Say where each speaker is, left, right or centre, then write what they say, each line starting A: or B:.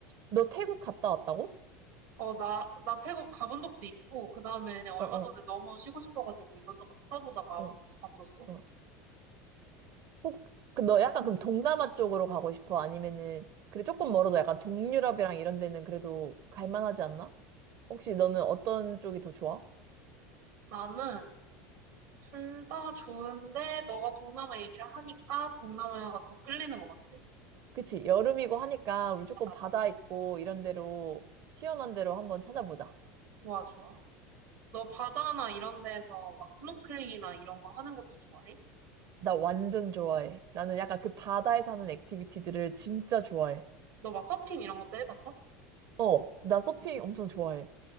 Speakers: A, on the right; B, on the right.
A: 너 태국 갔다 왔다고?
B: 어, 나, 나 태국 가본 적도 있고, 그 다음에 그냥 얼마
A: 어,
B: 전에
A: 어,
B: 너무 쉬고 싶어가지고 이것저것 찾아보다가
A: 어,
B: 봤었어.
A: 어. 혹, 그 너 약간 그럼 동남아 쪽으로 가고 싶어? 아니면은, 그래, 조금 멀어도 약간 동유럽이랑 이런 데는 그래도 갈만하지 않나? 혹시 너는 어떤 쪽이 더 좋아?
B: 나는 둘 다 좋은데, 너가 동남아 얘기를 하니까 동남아가 더 끌리는 것 같아.
A: 그치, 여름이고 하니까 우리 조금
B: 맞아,
A: 바다
B: 맞아.
A: 있고 이런 데로, 시원한 데로 한번 찾아보자.
B: 좋아, 좋아. 너 바다나 이런 데서 막 스노클링이나 이런 거 하는 것도 좋아해?
A: 나 완전 좋아해. 나는 약간 그 바다에 사는 액티비티들을 진짜 좋아해.
B: 너 막 서핑 이런 것도 해봤어?
A: 어, 나 서핑 엄청 좋아해.